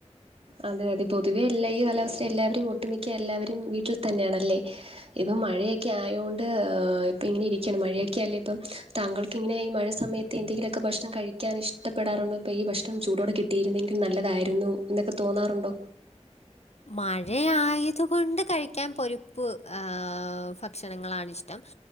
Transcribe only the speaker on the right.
അതെ അതെ പൊതുവെ എല്ലാ ഈ കാലാവസ്ഥ എല്ലാവരും ഒട്ടുമിക്ക എല്ലാവരും വീട്ടിൽ തന്നെയാണല്ലേ ഇപ്പം മഴയൊക്കെ ആയൊണ്ട് ഇപ്പ ഇങ്ങനെ ഇരിക്കണ് മഴയൊക്കെല്ലേ ഇപ്പം താങ്കൾക്ക്ങ്ങനെഈ മഴ സമയത്ത് എന്തെങ്കിലൊക്കെ ഭക്ഷണം കഴിക്കാ ഇഷ്ടപ്പെടാുണ്ടോ ഇപ്പോ ഈ ഭക്ഷണം ചൂോടെ കിട്ടും കിട്ടിയിരുന്നെങ്കിൽ നല്ലതായിരുന്നു എന്നൊക്കെ തോന്നാറുണ്ടോ